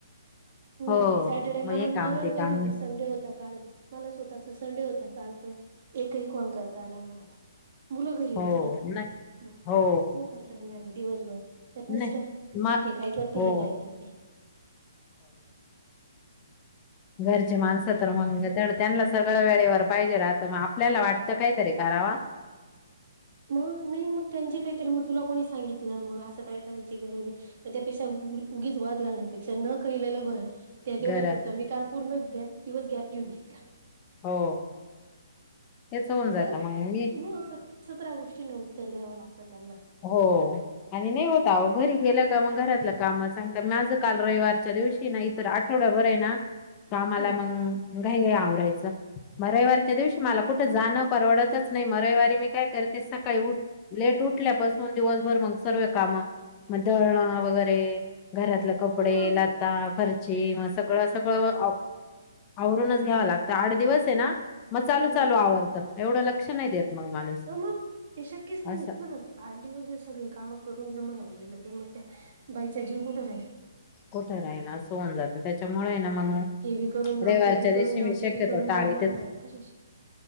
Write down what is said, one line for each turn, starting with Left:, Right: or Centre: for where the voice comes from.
Right: मग
Left: हो
Right: सॅटर्डे
Left: मग
Right: मला
Left: हे काम
Right: मलाच
Left: ते
Right: बघा
Left: काम
Right: ना संडे होता काल मला स्वतःला संडे होता काल तर एकही कॉल करता आला नाही मला मुलं घरी
Left: हो
Right: होते ना काय
Left: नाही हो
Right: मग करता येणारे दिवसभर त्यात मिस्टर
Left: नाही मग
Right: हे काय करते
Left: हो
Right: हे काय करते ये
Left: घरची माणसं तर म्हणजे त्यांनाच सगळं वेळेवर पाहिजे वाटत मग आपल्याला वाटतं काहीतरी कराव
Right: मग नाही मग त्यांचे काहीतरी मी तुला कोणी सांगितलं मग असं काही करायची गरज आहे होती मग त्यापेक्षा उगीच वाद घाल नाहीपेक्षा न कळलेलं बरं त्या ते तेवढ्या
Left: घर
Right: पुरत मी काल पूर्ण गप दिवस गॅप घेऊन घेतला
Left: हो हेच होऊन जातात
Right: परत
Left: त मग मी
Right: मग स सतरा गोष्टीं उत्तर द्याव लागतं त्यांना
Left: हो आणि नाही होता आओ घरी गेला की मग घरातल कामं सांगता माझं काल रविवारच्या दिवशी ना इतर आठवडाभर आहे ना, कामाला
Right: हम्म
Left: मग घाई घाई आवरायचं. म रविवारीच्या दिवशी मला कुठे जाणं परवडतच नाही, मग रविवारी मी काय करते सकाळी उठ लेट उठ ठल्यापासून दिवसभर मग सर्व कामं मग दळणं वगैरे घरातले कपडे,
Right: ह
Left: लता फर ची म सगळं सगळं व आ आवरूनच घ्यावं लागतं आठ दिवस आहे ना मग चालू
Right: हम्म
Left: चालू आवरतं एवढं लक्ष नाही देत. मग माणूस
Right: हो मग, ते शक्यच नाही
Left: असं
Right: होत ना, आठ दिवस जर सगळी कामं करून‌ <unintelligible> तर मग त बाईचा जीव कुठे जाईल?
Left: कुठं राहीन असं होऊन जातं त्याच्यामुळे ना म हम्म,
Right: हे बी करून जाऊ
Left: रविवारच्या
Right: ते बी
Left: दिवशी
Right: करून जाऊ
Left: मी
Right: ते
Left: शक्यतो
Right: बी करून
Left: टाळीतेच.
Right: जाऊ म्हटल्यावर कशाशी